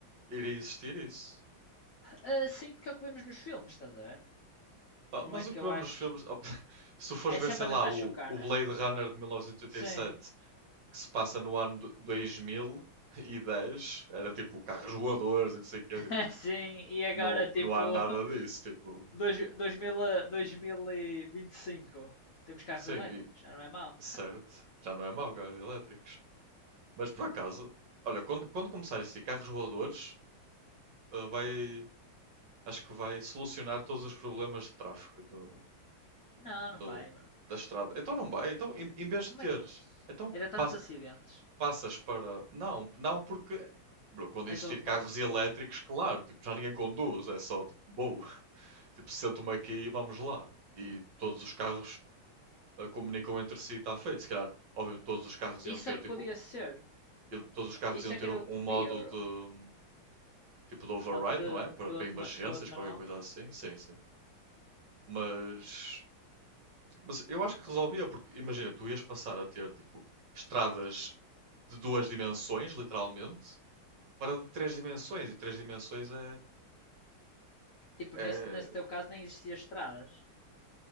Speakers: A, on the right (about 60°); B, on the left (about 55°).
A: iria existir isso.
B: Ah, sim, porque é o que vemos nos filmes, estás a ver?
A: Oh,
B: Não
A: mas
B: é que
A: o que
B: eu
A: vemos
B: acho.
A: nos filmes. oh, <laughs> se tu fores
B: É
A: ver,
B: sempre
A: sei
B: a
A: lá,
B: tentar
A: o,
B: chocar,
A: o
B: não
A: Blade
B: é?
A: Runner de mil novecentos e e oitenta
B: Sim,
A: e sete, que se passa no ano do- dois mil e dez, era tipo carros voadores e não sei o quê.
B: <laughs>
A: Tipo,
B: sim, e agora,
A: Não,
B: tipo,
A: não há
B: <laughs>
A: nada disso, tipo.
B: dois, 2000, a- 2025. Temos carros
A: Sim,
B: elétricos,
A: e-
B: já não é mau.
A: certo. Já não é mau, carros elétricos. Mas por acaso, olha, quando, quando começar isso de carros voadores, ah, vai, acho que vai solucionar todos os problemas de tráfego do,
B: Não, não
A: do-
B: vai, bro.
A: da estrada. Então não vai. Então, em, em vez
B: E
A: de
B: Como
A: teres,
B: é que.
A: então
B: Era tantos
A: passa-
B: acidentes.
A: passas para. Não, não porque. Bro, quando
B: É
A: existir
B: tudo automático?
A: carros elétricos, claro, tipo, já ninguém conduz, é só tipo, boa. <laughs> Tipo, sento-me aqui e vamos lá. E todos os carros uh, comunicam entre si, está feito. Se calhar, óbvio, todos os carros
B: Isso
A: iam ter,
B: é que
A: tipo,
B: podia ser.
A: todos os carros
B: Isso
A: iam
B: é
A: ter
B: que era
A: um
B: utopia,
A: um modo
B: bro.
A: de, tipo, de override,
B: ao- de
A: não é? Para,
B: piloto,
A: para emergências,
B: ma- piloto manual.
A: qualquer coisa assim. Sim, sim. Mas, mas eu acho que resolvia, porque imagina, tu ias passar a ter, tipo, estradas de duas dimensões, literalmente, para de três dimensões. E três dimensões é,
B: Tipo,
A: é...
B: nesse, nesse teu caso nem existia estradas,